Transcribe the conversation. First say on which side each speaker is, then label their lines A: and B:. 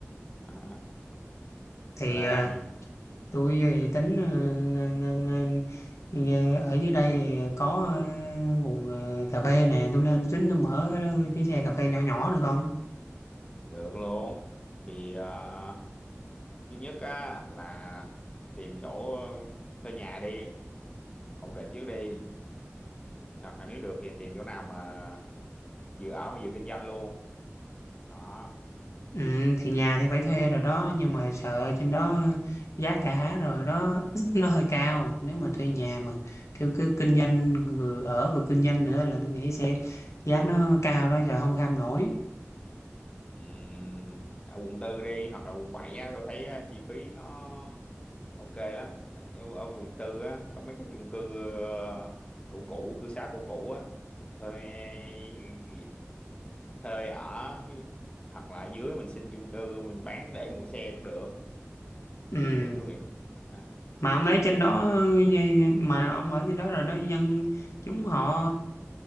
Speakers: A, on the left; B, on the left.
A: ờ,
B: thì
A: là
B: ờ,
A: làm gì
B: tôi thì tính ờ, ng- ng- ng- ng- ở dưới đây thì có ờ, nguồn ờ, cà phê nè tôi lên tính tôi mở cái xe cà phê nhỏ nhỏ được không
A: được luôn thì ờ, thứ nhất á là tìm chỗ thuê nhà đi ổn định trước đi hoặc là nếu được thì tìm chỗ nào mà vừa ở mà vừa kinh doanh luôn đó
B: ừ, thì nhà thì phải thuê rồi đó nhưng mà sợ trên đó giá cả rồi đó <laughs> <clears throat> nó hơi cao nếu mà thuê nhà mà kiểu cứ kinh doanh vừa ở vừa kinh doanh nữa là tôi nghĩ sẽ giá nó cao đó sợ không kham nổi
A: Ừm, ở quận tư đi hoặc là quận 7 á tôi thấy á, chi phí nó ok lắm ở, ở quận tư á có mấy cái chung cư ờ, cũ cũ cư xá cũ cũ á thuê ừ, thuê ở hoặc là dưới mình xin chung cư mình bán để mua xe cũng được
B: ừ
A: nghĩ tôi nghĩ à,
B: mà ông lấy trên đó mà ông ở trên đó rồi đó dân chúng họ